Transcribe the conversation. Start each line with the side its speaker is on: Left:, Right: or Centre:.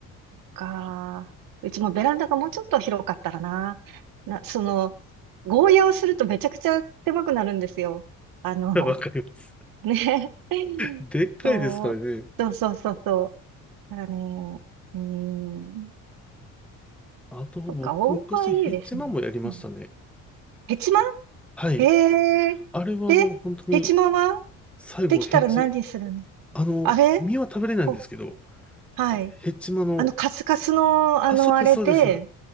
Right: か。うちもベランダがもうちょっと広かったらな。な、その、ゴーヤをするとめちゃくちゃ狭くなるんですよ。あの、
Centre: <laughs> わかります。
Right: ね。<laughs>
Centre: でっかいですからね。
Right: そう、そうそうそうそう。だからね、うーん。
Centre: あと僕昔ヘッマンもやりましたね。
Right: そっか、大葉いいですね。うんヘチマ
Centre: はい。
Right: へえ。
Centre: あれはあの本当に
Right: で、ヘチマは
Centre: 最後ヘッ
Right: できたら何するの
Centre: あの実は食べれないんですけど、
Right: あれこ、はい。
Centre: ヘッマンの、
Right: あの、カスカスの、あの、
Centre: あ、そうですそうです。
Right: あれで、